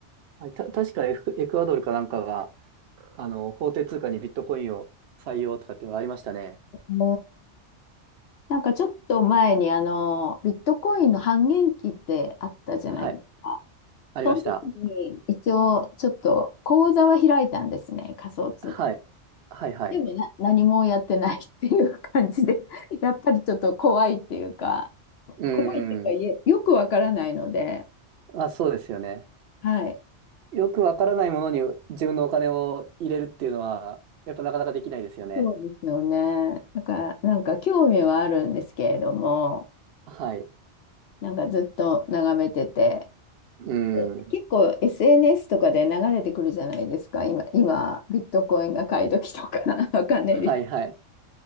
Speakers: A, on the right; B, on the left.
A: はい、た、確かエク、エクアドルかなんかが、あの、法定通貨にビットコインを採用とかっていうのがありましたね。
B: ええ、なんかちょっと前にあの、ビットコインの半減期ってあったじゃないですか。
A: はい。ありました。
B: その時に一応ちょっと口座は開いたんですね、仮想通貨。
A: はい。はいはい。
B: でもな、何もやってないっていう感じで、<laughs> やっぱりちょっと怖いっていうか、
A: うーん。
B: 怖いっていうか、いえよくわからないので、
A: まあ、そうですよね。
B: はい。
A: よくわからないものに自分のお金を入れるっていうのは、やっぱなかなかできないですよね。
B: そうですよね。だから、なんか興味はあるんですけれども、
A: はい。
B: なんかずっと眺めてて、
A: うん。
B: え結構 SNS とかで流れてくるじゃないですか、今、今、ビットコインが買い時とか、<laughs> わかんないです。
A: はいはい。